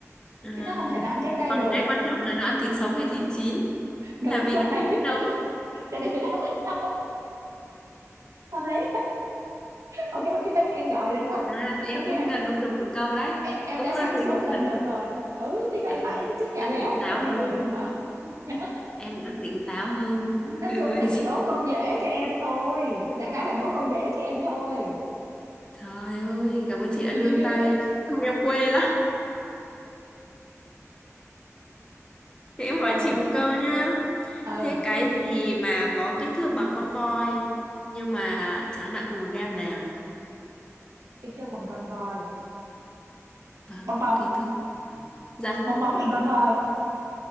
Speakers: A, on the left (about 15°); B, on the right (about 80°).
A: À,
B: chứ nó không thể nào ăn trái cây
A: còn
B: được
A: cái quan trọng là nó ăn thịt sống hay thịt chín
B: đúng
A: là vì
B: vậy
A: nó không biết
B: <laughs>
A: nấu
B: cho nên phải nấu, mới nấu hợp lý. ok ok <laughs> em giỏi rồi đó
A: à thì
B: ok
A: em cũng à, đúng được một câu đấy
B: em, em
A: cũng
B: đã sáng
A: à, tự
B: suốt
A: nhiên
B: lên
A: là
B: được rồi ừ thì phải
A: à,
B: vậy chứ chả
A: đã
B: lẽ
A: tỉnh táo
B: không
A: hơn
B: trả lời được mà <laughs>
A: em đã tỉnh táo hơn
B: nói
A: được
B: chung
A: rồi
B: là
A: chị
B: chị đố câu dễ cho em thôi đại khái là đố câu dễ cho em thôi
A: trời ơi cảm ơn
B: <laughs>
A: chị đã nương tay không em quê lắm thì em hỏi
B: rồi
A: chị một câu nhá
B: ừ
A: thế cái gì mà có kích thước bằng con voi nhưng mà chẳng nặng một gram nào
B: kích thước bằng con voi
A: à,
B: bong bóng
A: kích thước dạ
B: bong bóng hình con voi